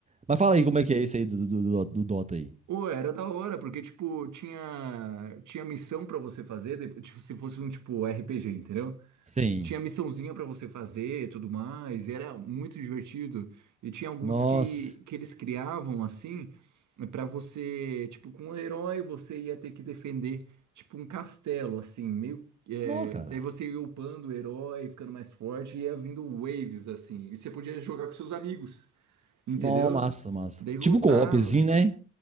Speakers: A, on the right; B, on the right.
A: Mas fala aí como é que é isso aí do, do, do, do Dota aí.
B: Ou era da hora, porque tipo tinha tinha missão pra você fazer, de- tipo, se fosse um tipo RPG, entendeu?
A: Sim.
B: tinha missãozinha pra você fazer, e tudo mais, e era muito divertido. E tinha alguns
A: Nossa.
B: que, que eles criavam assim, pra você, tipo, com um herói você ia ter que defender, tipo, um castelo assim, meio é,
A: Nó, cara.
B: aí você ia upando o herói, ficando mais forte, e ia vindo waves assim, e você podia jogar com seus amigos, entendeu?
A: Nó, massa, massa.
B: Daí lutava.
A: Tipo um co-opzinho, né?